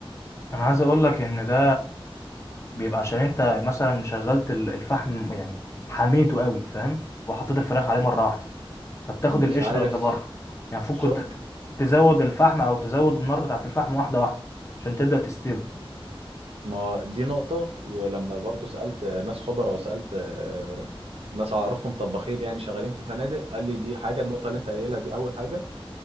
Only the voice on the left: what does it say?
انا عايز اقول لك ان ده بيبقى عشان انت مثلا شغلت ال- الفحم يعني حميته قوي فاهم وحطيت الفراخ عليه مره واحده فبتاخد
القشره
اللي بره يعني المفروض
كنت تزود الفحم او تزود النار بتاعه الفحم واحده واحده عشان تبدا تستوي